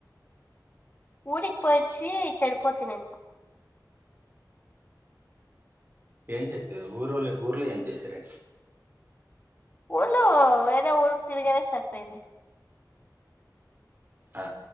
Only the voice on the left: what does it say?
ఊరీకి పోయాచీ చెడుపోతిని నెను
ఊళ్ళ వేరే ఊరికి తిరిగాడమే సరిపోయింది.